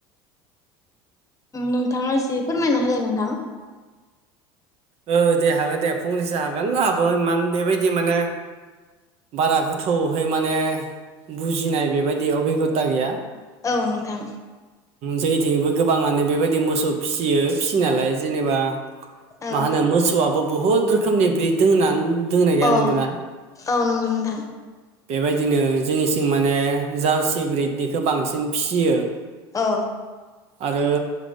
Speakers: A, on the left; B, on the right.
A: नोंथाङा एसे फोरमायना होलाय नोंथां
B: औ दे हागोन दे फंनैसो हागोन आंहाबो इमान बेबायदि माने बारा गोथौहै माने बुजिनाय बेबायदि अबिगथा गैया
A: औ नोंथां
B: जोंनिथिंबो गोबाङानो बेबायदि मोसौ फिसियो फिसिनायालाय जेनेबा
A: औ
B: मा होनो मोसौआबो बुहुद रोखोमनि ब्रिड दोङोना दोंना गैया
A: अ
B: नंगौना
A: औ नंगौ नोंथां
B: बेबायदिनो जोंनिथिं माने जार्सि ब्रिदनिखौ बांसिन फियो
A: औ
B: आरो